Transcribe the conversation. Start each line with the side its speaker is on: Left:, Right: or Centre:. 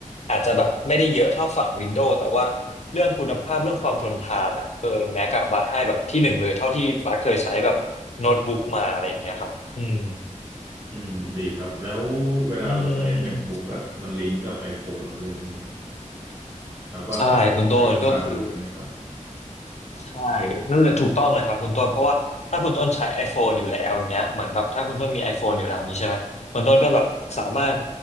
Left: อาจจะแบบไม่ได้เยอะเท่าฝั่งวินโดว์แต่ว่าเรื่องคุณภาพเรื่องความทนทานอะเออแม็กอะบัตให้แบบที่หนึ่งเลยเท่าที่บัตเคยใช้แบบโน้ตบุ๊กมาอะไรอย่างเงี้ยครับอืม
Right: อืมดีครับแล้วเวลาเราใช้
Left: อืม
Right: MacBook อะมันลิงก์กับ iPhone เราด้วยใช่ไหมครับแบบว่าข้อมูลอะไรคลาวอะไรเงี้ยครับ
Left: ใช่คุณต้นก็คือ ใช่นั่นเลยถูกต้องเลยครับคุณต้นเพราะว่าถ้าคุณต้นใช้ iPhone อยู่แล้วอย่างเงี้ยเหมือนแบบถ้าคุณต้นมี iPhone อยู่แล้วนี้ใช่ไหมคุณต้นก็แบบสามารถ